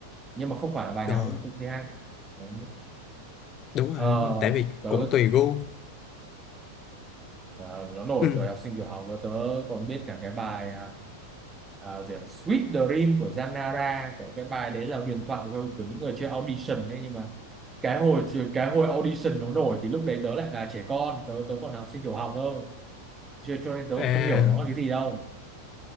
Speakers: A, on the right (about 15°); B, on the left (about 30°).
A: nhưng mà không phải là bài
B: ờ,
A: nào cũng cũng thấy hay Đấy.
B: đúng
A: ờ,
B: rồi đúng rồi tại vì
A: tớ
B: cũng tùy gu
A: Ờ, nó nổi
B: ừ
A: thời học sinh tiểu học và tớ còn biết cả cái bài à, à, gì ạ? Sweet Dream của Zanara Còn cái bài đấy là huyền thoại của, của những người chơi audition đấy nhưng mà cái hồi cái hồi audition nó nổi thì lúc đấy tớ lại là trẻ con tớ tớ còn là học sinh tiểu học cơ cho, cho nên tớ
B: à
A: còn không hiểu nó là cái gì đâu